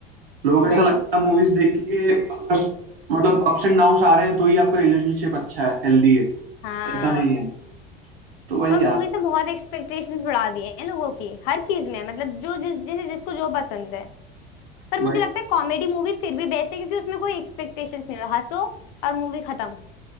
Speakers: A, on the right; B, on the left.
A: लोगों को
B: वही
A: ऐसा लगता
B: तो
A: है मूवीज देख के अगर मतलब अप्स एंड डाउन्स आ रहे हैं तो ही आपका रिलेशनशिप अच्छा है हेल्दी है
B: हाँ
A: ऐसा नहीं है तो वही
B: पर
A: यार
B: मूवीज ने बहुत एक्सपेक्टेशंस बढ़ा दिए हैं लोगों की हर चीज में मतलब जो जिस जैसे जिसको जो पसंद है पर
A: वही
B: मुझे लगता है कॉमेडी मूवी फिर भी बेस्ट है क्योंकि उसमें कोई एक्सपेक्टेशंस नहीं होता हंसो और मूवी खत्म